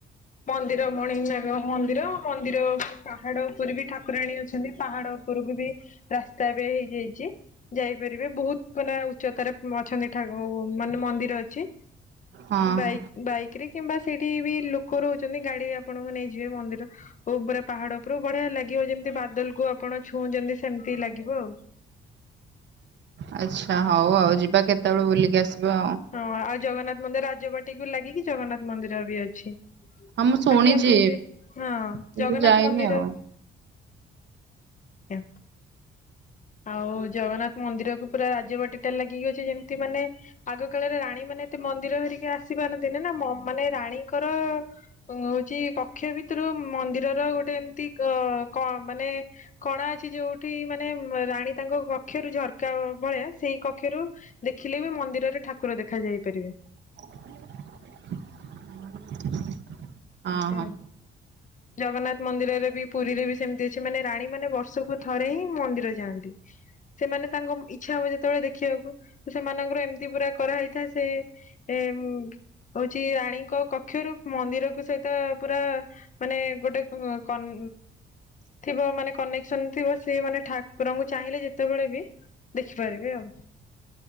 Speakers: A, on the left; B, on the right.
A: ମନ୍ଦିର ମଣିନାଗ ମନ୍ଦିର, ମନ୍ଦିର ପାହାଡ ଉପରେ ବି ଠାକୁରାଣୀ ଅଛନ୍ତି ପାହାଡ଼- ଉପରକୁ ବି ରାସ୍ତା ଏବେ ହେଇଯାଇଛି ଯାଇପାରିବେ ବହୁତ ମାନେ ଉଚ୍ଚତାରେ ଅଛନ୍ତି ଠା ମାନେ ମନ୍ଦିର ଅଛି
B: ହଁ
A: ବାଇକ୍ ବାଇକ୍- କୀରି କିମ୍ବା ସେଇଠି ବି ଲୋକ ରହୁଛନ୍ତି ଗାଡି ଆପଣଙ୍କୁ ନେଇଯିବେ ମନ୍ଦିର ଉପରେ ପାହାଡ ଉପରୁ ବଢିଆ ଲାଗିବ ଯେମିତି ବାଦଲ କୁ ଆପଣ ଛୁଉଁଛନ୍ତି ସେମିତି ଲାଗିବ ଆଉ।
B: ଆଚ୍ଛା ହଉ ଆଉ ଯିବା କେତେବେଳ ବୁଲିକି ଆସିବା ଆଉ।
A: ହଁ ଆଉ ଜଗନ୍ନାଥ ମନ୍ଦିର ରାଜବାଟିକୁ ଲାଗିକି ଜଗନ୍ନାଥ ମନ୍ଦିର ବି ଅଛି।
B: ହଁ ମୁଁ ଶୁଣିଛି
A: ଆଜି ଆମେ ବି ହଁ
B: କିନ୍ତୁ
A: ଜଗନ୍ନାଥ
B: ଯାଇନି
A: ମନ୍ଦିର
B: ଆଉ।
A: <unintelligible> ଆଉ ଜଗନ୍ନାଥ ମନ୍ଦିର କୁ ପୁରା ରାଜବାଟିଟାରେ ଲାଗିକି ଅଛି ଯେମତି ମାନେ ଆଗ କାଳରେ ରାଣୀ ମାନେ ଏତେ ମନ୍ଦିର ହେରିକା ଆସି ପାରନ୍ତି ନା ନା ମାନେ ରାଣୀଙ୍କର ହଉଛି କକ୍ଷ ଭିତରୁ ମନ୍ଦିରର ଗୋଟେ ଏମତି ଅ କ ମାନେ କଣା ଅଛି ଯୋଉଠି ମାନେ ରାଣୀ ତାଙ୍କ କକ୍ଷରୁ ଝରକା ଭଳିଆ ସେଇ କକ୍ଷରୁ ଦେଖିଲେ ବି ମନ୍ଦିରରେ ଠାକୁର ଦେଖା ଯାଇ ପାରିବେ।
B: <inaudible>
A: ଏ ଦେ
B: ହଁ
A: ଜଗନ୍ନାଥ ମନ୍ଦିରରେ ବି ପୁରୀରେ ବି ସେମିତି ଅଛି, ମାନେ ରାଣୀ ମାନେ ବର୍ଷକୁ ଥରେ ହିଁ ମନ୍ଦିର ଯାଆନ୍ତି। ସେମାନେ ତାଙ୍କ ଇଛା ହବ ଯେତେବେଳେ ଦେଖିବାକୁ ସେମାନଙ୍କର ଏମିତି ପୁରା କରାହେଇଥାଏ ସେ ଏ ହଉଛି ରାଣୀଙ୍କ କକ୍ଷରୁ ମନ୍ଦିରକୁ ସେଟା ପୁରା ମାନେ ଗୋଟେ କନେ ଥିବ ମାନେ କନ୍ ସେମିତି ବସି ମାନେ ଠାକୁରଙ୍କୁ ଚାହିଁଲେ ଯେତେବେଳେ ବି ଦେଖିପାରିବେ ଆଉ।